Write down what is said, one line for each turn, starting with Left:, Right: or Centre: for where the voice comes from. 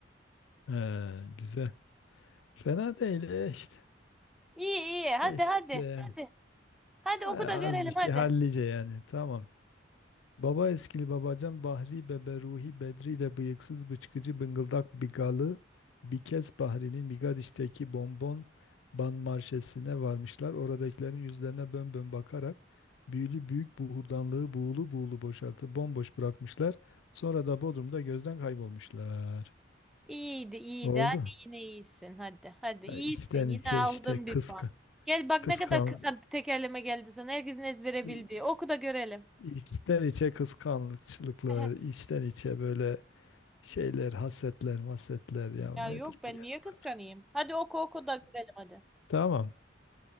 Left: Ee, güzel. Fena değil e, işte.
Centre: İyi iyi. Hadi
Left: E, işte
Centre: hadi.
Left: yani.
Centre: Hadi. Hadi
Left: Ha,
Centre: oku da görelim
Left: Az bir şey
Centre: hadi.
Left: hallice yani. Tamam. Baba eskili babacan Bahri bebe Ruhi Bedri de bıyıksız bıçkıcı bıngıldak bigalı bir kez Bahri'nin Bigadiş'teki bonbon ban marşesine varmışlar. Oradakilerin yüzlerine bön bön bakarak büyülü büyük buhurdanlığı buğulu buğulu boşaltıp bomboş bırakmışlar. Sonra da Bodrum'da gözden kaybolmuşlar.
Centre: İyiydi iyiydi.
Left: Oldu.
Centre: Hadi yine iyisin. Hadi hadi. iyisin
Left: Ya içten
Centre: Yine
Left: içe
Centre: aldın
Left: işte kıska,
Centre: bir puan. Gel bak
Left: kıskan,
Centre: ne kadar kısa bir tekerleme geldi sana. Herkesin ezbere
Left: i-
Centre: bildiği. Oku da görelim.
Left: içten içe kıskançlıklar,
Centre: <laughs> Ehe.
Left: içten içe böyle Şeyler, hasetler, masetler ya
Centre: Ya
Left: nedir
Centre: yok ben
Left: bu ya
Centre: niye
Left: o
Centre: kıskanayım?
Left: kadar.
Centre: Hadi oku oku da görelim hadi.
Left: Tamam.